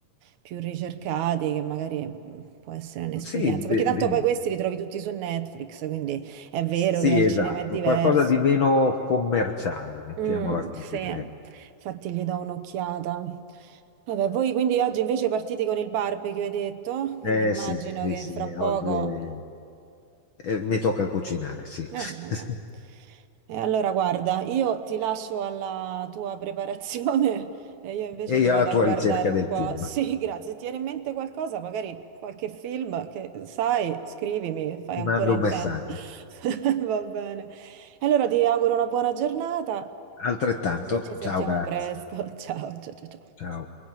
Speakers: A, on the right; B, on the left.
A: più ricercati, che magari mm, può essere un'esperienza.
B: Sì, de-
A: Perché tanto
B: de-
A: poi questi li trovi tutti su Netflix, quindi è vero
B: sì,
A: che al
B: esatto,
A: cinema è diverso,
B: qualcosa di meno
A: però...
B: commerciale, mettiamola
A: Mm,
B: così.
A: sì, infatti gli do un'occhiata. Vabbè, voi quindi oggi invece partite con il barbecue, hai detto, quindi
B: Eh
A: immagino
B: sì, sì,
A: che
B: sì,
A: fra poco...
B: oggi è- eh, mi tocca cucinare, sì.
A: Eh, vabbè.
B: <laughs>
A: E allora guarda, io ti lascio alla tua preparazione <laughs> e io invece
B: E
A: mi
B: io
A: vado
B: alla tua
A: a guardare
B: ricerca
A: un
B: del
A: po'.
B: film.
A: <laughs> Sì, grazie. Se ti viene in mente qualcosa, magari qualche film che sai, scrivimi, che fai
B: Ti
A: ancora
B: mando
A: in
B: un messaggio.
A: tempo. <laughs> Va bene. E allora ti auguro una buona giornata
B: Altrettanto,
A: e ci sentiamo
B: ciao, grazie.
A: presto. <laughs> Ciao, ciao, ciao. ciao.
B: Ciao.